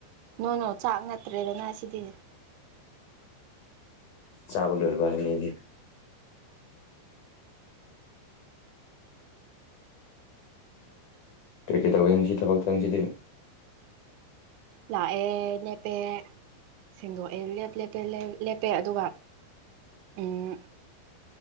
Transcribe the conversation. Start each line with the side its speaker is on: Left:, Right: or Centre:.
Right: ꯅꯣꯅꯣ ꯆꯥꯛ ꯅꯠꯇ꯭ꯔꯦꯗꯅ ꯁꯤꯗꯤ
Left: ꯆꯥꯕ ꯂꯣꯔꯕ ꯍꯥꯏꯕꯅꯤ ꯑꯩꯗꯤ ꯀ꯭ꯔꯤꯀ꯭ꯔꯤ ꯇꯧꯒꯦ ꯉꯁꯤ ꯊꯕꯛꯇ ꯉꯁꯤꯗꯤ
Right: ꯂꯥꯛꯑꯦ ꯂꯦꯞꯄꯦ ꯁꯦꯡꯗꯣꯛꯑꯦ ꯂꯦꯞꯄꯦ ꯂꯦꯞꯄꯦ ꯂꯦꯞꯄꯦ ꯑꯗꯨꯒ ꯎꯝ